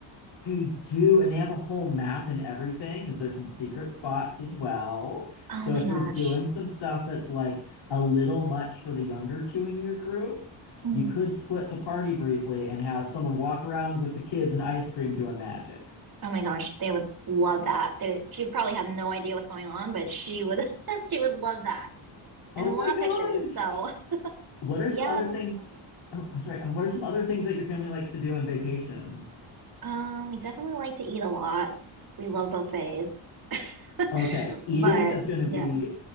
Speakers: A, on the left (about 60°); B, on the right (about 45°).
A: They do, and they have a whole map and everything because there's some secret spots as well.
B: Oh
A: So
B: my
A: if
B: gosh.
A: you're doing some stuff that's like a little much for the younger two in your group,
B: Hmm.
A: you could split the party briefly and have someone walk around with the kids and ice cream doing magic.
B: Oh my gosh, they would love that. They, she would probably have no idea what's going on, but she would <laughs> she would love that. And
A: Oh
B: then we'll
A: my
B: have
A: gosh.
B: pictures. So
A: What
B: yeah,
A: are some other
B: that's
A: things?
B: so good.
A: Oh, sorry. uh, What are some other things that your family likes to do on vacation?
B: Um, we definitely like to eat a lot. We love buffets. <laughs>
A: Okay, eating
B: But
A: is going to
B: yeah.
A: be